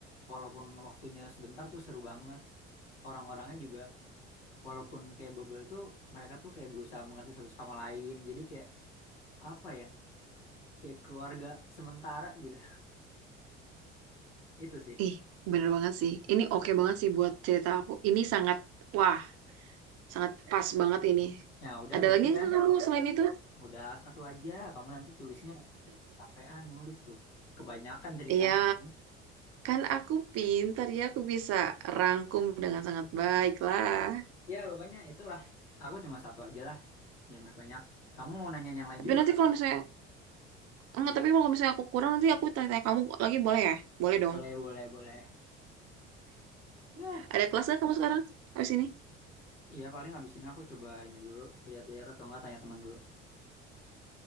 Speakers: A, on the left; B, on the right.
A: walaupun waktunya sebentar tuh seru banget orang-orangnya juga walaupun kayak bubble tuh mereka tuh kayak berusaha mengerti satu sama lain jadi kayak apa ya kayak keluarga sementara gitu <laughs> itu sih
B: Ih, bener banget sih. Ini oke banget sih buat cerita aku. Ini sangat, wah, sangat pas banget ini.
A: nah udah
B: Ada
A: berarti
B: lagi nggak
A: kan
B: kamu selain itu?
A: udah satu aja kamu nanti tulisnya capean nulis tuh kebanyakan ceritanya
B: Iya,
A: kan
B: kan aku pintar ya, aku bisa rangkum dengan sangat baik lah.
A: ya pokoknya itulah aku cuma satu aja lah jangan banyak-banyak kamu mau nanyain yang lain
B: Tapi
A: juga
B: nanti
A: kan
B: kalau misalnya, enggak, tapi kalau misalnya aku kurang, nanti aku tanya-tanya kamu lagi boleh ya? Boleh dong.
A: boleh boleh boleh ya
B: Ada kelas nggak kamu sekarang? Habis ini?
A: Iya paling abis ini aku coba ini dulu lihat-lihat atau enggak tanya teman dulu.